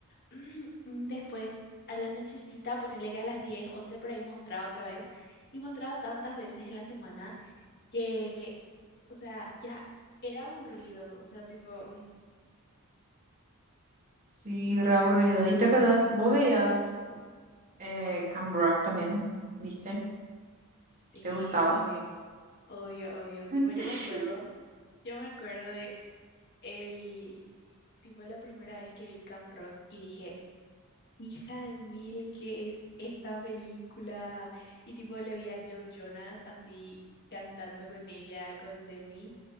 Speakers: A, on the left; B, on the right.
A: <clears throat> Después, a la nochecita, ponele que a las 10 11 por ahí mostraba otra vez. Y mostraba tantas veces en la semana que, o sea, ya era aburrido. O sea, tipo, mm,
B: sí, re aburrido. ¿Y te acuerdas? Vos veías eh, Camp Rock también, ¿viste?
A: sí,
B: ¿Te gustaba?
A: obvio, obvio, obvio. Tipo,
B: <laughs>
A: yo me acuerdo, yo me acuerdo de el, tipo, la primera vez que vi Cam Rock y dije, hija de mil, ¿qué es esta película? Y tipo, le vi a Joe Jonas así cantando con ella, con Demi.